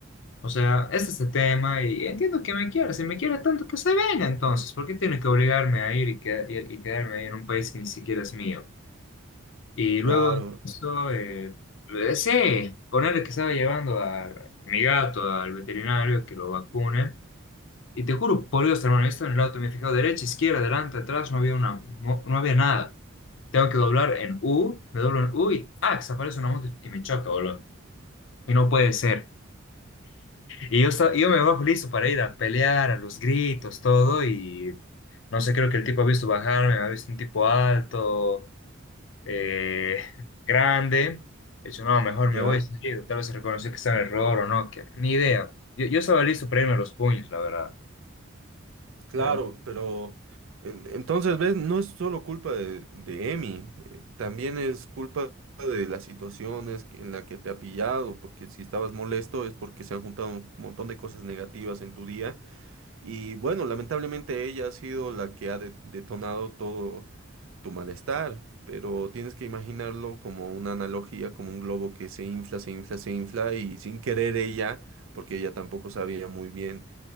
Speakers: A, on the left; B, on the right.
A: O sea, este es el tema y entiendo que me quiera. Si me quiere tanto, que se venga entonces. ¿Por qué tiene que obligarme a ir y, que- y- y quedarme ahí en un país que ni siquiera es mío? Y
B: Claro,
A: luego, eso, eh, eh, sí, ponerle que estaba llevando a, a mi gato al veterinario que lo vacune. Y te juro, por Dios, hermano, yo estaba en el auto, me he fijado derecha, izquierda, adelante, atrás, no había una, no, no había nada. Tengo que doblar en U, me doblo en U y ¡ah! Desaparece una moto y me choca, boludo. Y no puede ser. Y yo, esta- yo me bajo listo para ir a pelear, a los gritos, todo, y no sé, creo que el tipo ha visto bajarme, me ha visto un tipo alto, eh, <laughs> grande. He dicho, no, mejor
B: ya,
A: me voy, seguido. Tal vez reconoció que está en error o no, que, ni idea. Yo, yo estaba listo para irme a los puños, la verdad,
B: claro,
A: pero
B: pero en- entonces, ¿ves? No es solo culpa de, de Emi, eh, también es culpa de las situaciones que- en la que te ha pillado, porque si estabas molesto es porque se han juntado un montón de cosas negativas en tu día y bueno, lamentablemente ella ha sido la que ha de- detonado todo tu malestar, pero tienes que imaginarlo como una analogía, como un globo que se infla, se infla, se infla y sin querer ella, porque ella tampoco sabía muy bien